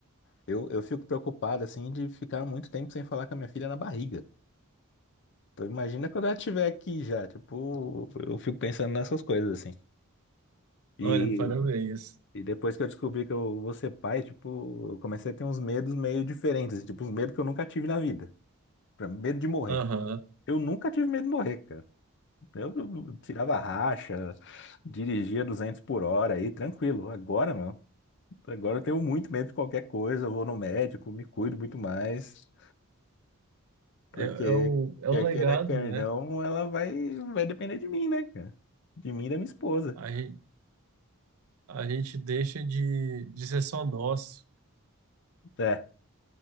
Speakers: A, on the left; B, on the right.
A: Eu, eu fico preocupado, assim, de ficar muito tempo sem falar com a minha filha na barriga. Então imagina quando ela estiver aqui já, tipo, eu fico pensando nessas coisas, assim. E
B: Olha, parabéns.
A: E depois que eu descobri que eu vou ser pai, tipo, eu comecei a ter uns medos meio diferentes, assim, tipo, uns medos que eu nunca tive na vida. Pra- Medo de morrer.
B: Aham.
A: Eu nunca tive medo de morrer, cara. Eu eu tirava racha, dirigia 200 por hora aí, tranquilo. Agora, meu, agora eu tenho muito medo de qualquer coisa, eu vou no médico, me cuido muito mais, porque
B: É, é o, é
A: quer
B: o legado,
A: queira, quer
B: né?
A: não, ela vai, vai depender de mim, né, cara? De mim e da minha esposa.
B: A gente, a gente deixa de, de ser só nós,
A: É,